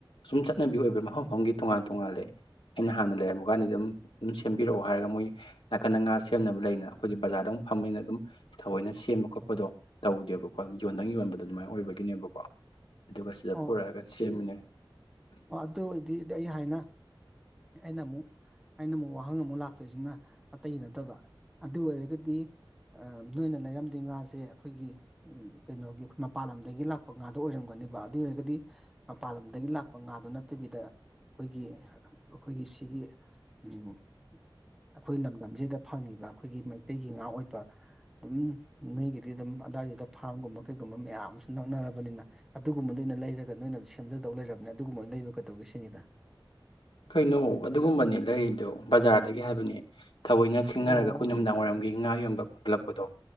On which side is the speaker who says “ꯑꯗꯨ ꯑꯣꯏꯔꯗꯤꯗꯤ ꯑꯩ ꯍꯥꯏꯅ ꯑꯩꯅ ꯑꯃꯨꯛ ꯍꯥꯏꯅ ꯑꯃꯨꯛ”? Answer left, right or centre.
Centre